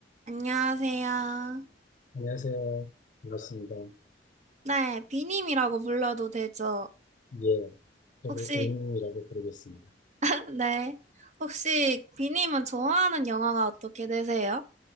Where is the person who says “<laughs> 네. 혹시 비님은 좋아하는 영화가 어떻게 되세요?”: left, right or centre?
Right